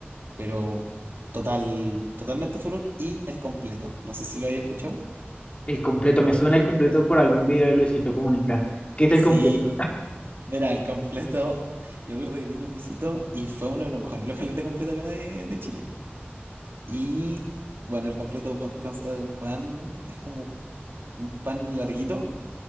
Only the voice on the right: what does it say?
pero total, totalmente furor. Y el completo. No sé si lo hayas escuchado.
Sí,
mira, el completo. Yo recuerdo que vino Luisito y fue uno de los mejores los de completo acá de, de Chile. Y bueno, el completo con- consta de un pan, es como un pan larguito,